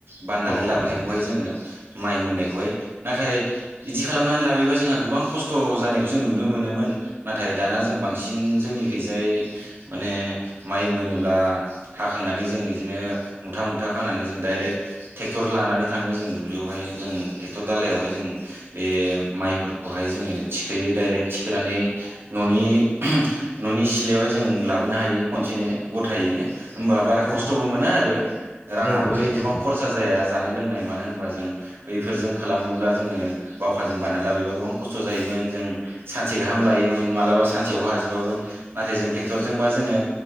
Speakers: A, on the right; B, on the left.
A: बाननानै
B: औ
A: लाबोनायखौहाय
B: औ सैथो
A: जोङो। माइ मोननायखौहाय नाथाय बिदि खालामनानै लाबोयोबा जोंहा गोबां खस्थ जानायखौ जों नुनो मोनोमोन नाथाय दाना जों बां सिन जोंनिखैजाय माने माइ मोनोब्ला हाखांनानै जों बिदिनो मुथा मुथा खानानै जों डाइरेक्ट ट्रेक्टर लानानै थाङो जों दुब्लियावहाय जों ट्रेक्टर दालइायावहाय जों बे माइफोरखौहाय जोङो थिखोयो डायरेक्ट थिखोनानै न'नि न'नि सिलायावहाय जों लाबोनो हायो खनसेनो गथायैनो। होमबा बारा खस्थबो
B: औ
A: मोना आरो राङाबो
B: औ सैथो
A: एथबां खरसा जाया। जानाय लोंनाय मानो होनबा जों बैफोरजों खालामोब्ला जोङो बावखाजों बाननानै लाबोयोबा गोबां खस्थ जायोमोन जों सानसे गाहाम लायोमोन मालाबा सानसेयावबो हाजोबामोन नाथाय जों ट्रेक्टरजोंबा जोङो